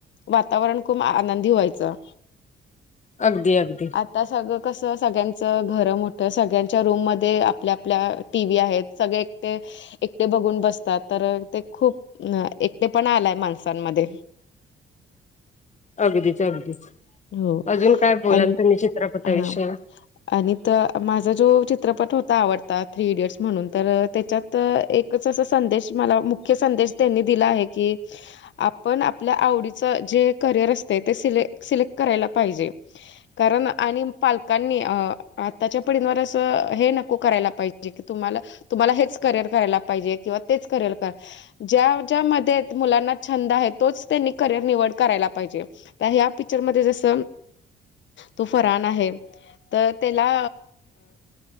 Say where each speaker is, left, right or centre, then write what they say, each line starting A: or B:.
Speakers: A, on the left (about 70°); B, on the left (about 35°).
A: वातावरण खूप आनंदी व्हायचं
B: अगदी अगदी
A: ता सगळं कसं सगळ्यांचं घरं मोठं सगळ्यांच्या रूममध्येध्ये आपल्या आपल्या टी व्ही आहेत सगळे एकटे एकटे बघून बसतात तर ते खूप एकटे पण आलाय माणसांमध्ये
B: अगदीच अगदीच
A: हो
B: अजून काय बोलाल
A: आणि
B: तुम्ही चित्रपटाविषयी
A: हा आणि त माझा जो चित्रपट होता आवडता थ्री इडियट्स म्हणून तर त्याच्यात तर एकच असा संदेश मला मुख्य संदेश त्यांनी दिला आहे की आपण आपल्या आवडीच जे करिअर असते ते सिलेक सिलेक्ट करायला पाहिजे कारण आणि पालकांनी अ आताच्या पिढींवर असं हे नको करायला पाहिजे जे कि तुम्हाला तुम्हाला हेच करिअर करायला पाहिजे किंवा तेच करिअर क ज्या ज्यामध्ये मुलांना छंद आहे तोच त्यांनी करिअर निवड करायला पाहिजे प ह्या पिक्चर मध्ये जस तो फरान आहे तर त्याला